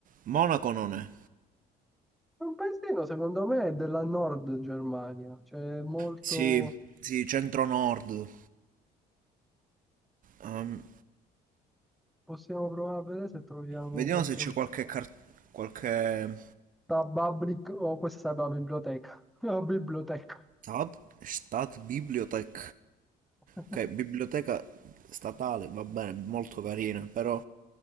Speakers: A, on the right; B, in the centre.
A: Monaco non è.
B: È Un paesino, secondo me, è della Nord Germania, cioè è molto...
A: Sì, sì, centro-nord. Ehm,
B: Possiamo provare a vedere se troviamo
A: vediamo
B: qualche...
A: se c'è qualche car- qualche
B: Da Babrik, oh, questa è la biblioteca, <laughs> la biblioteca.
A: stat, stat bibliothek.
B: <laughs>
A: Ok, biblioteca statale, va bene, molto carina, però